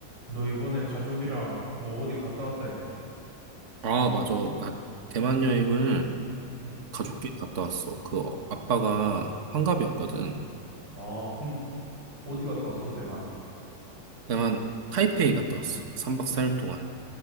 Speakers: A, on the right; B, on the right.
A: 너 이번에 가족이랑 뭐 어디 갔다 왔다며?
B: 아, 맞아. 나 대만 여행을
A: 응,
B: 가족끼리 갔다 왔어. 그 어- 아빠가 환갑이었거든.
A: 아, 그럼 어디 갔다 왔어, 대만?
B: 대만 타이페이 갔다 왔어. 3박 4일 동안.